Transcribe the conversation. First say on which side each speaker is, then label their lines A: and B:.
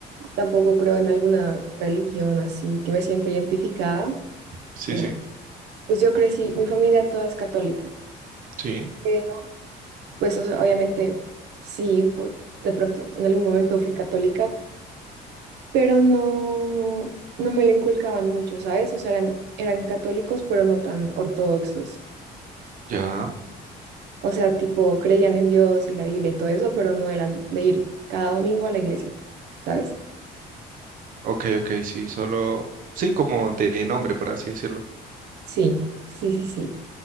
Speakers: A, on the right (about 80°); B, on the right (about 55°).
A: tampoco creo en alguna religión así que me siento identificada.
B: Sí,
A: No.
B: sí,
A: Pues yo crecí, mi familia toda es católica,
B: sí,
A: pero pues o sea, obviamente sí, pu- de pronto en algún momento fui católica, pero no, no me lo inculcaban mucho, ¿sabes? O sea, eran, eran católicos, pero no tan ortodoxos.
B: ya,
A: O sea, tipo, creían en Dios y la Biblia y todo eso, pero no eran de ir cada domingo a la iglesia, ¿sabes?
B: ok, ok, sí, solo, sí, como de nombre, por así decirlo,
A: Sí, sí, sí, sí.